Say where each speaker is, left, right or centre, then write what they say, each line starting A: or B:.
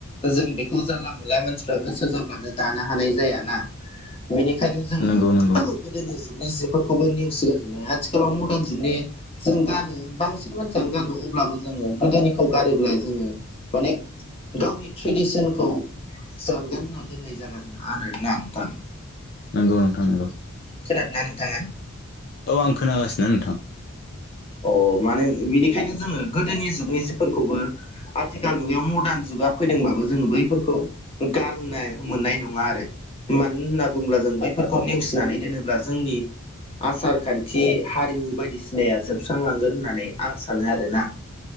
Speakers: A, on the left; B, on the left.
A: जों बेखौ जानला मोनला मानसिफ्रा गोसो जाब्लानो दानो हानाय जायाना। बेनिखायनो जोङो
B: नंगौ नंगौ
A: गोदोनि जुगनि जिफोरखौबो नेवसिगारजोबनाया आथिखालाव मदान जुगनि जों गानो बांसिन मान सियानो गानो अब्लाबो जोङो गोदोनिखौ गारोब्ला जोङो माने गावनि ट्रेडिसोनखौ जानगार होना दोननाय जागोन आरोना नोंथां।
B: नोंगौ नोंथां नोंगौ।
A: खोनादोंना नोंथाङा
B: औ आं खोनागासिनो नोंथां।
A: अ' मानो बिनिखायनो जोङो गोदोनि जुगनि जिफोरखौबो आथिखाल मुगायाव मदान जुगा फैदोंबाबो जोङो बैफोरखौ गारना मोननाय नङा आरो। मानो होनना बुङोब्ला जों बैफोरखौ नेवसिनानै दोनोब्ला जोंनि आसार खान्थि हारिमु बायदिसिनाया जो स्रांलांगोन होननानै आं सानो आरो ना।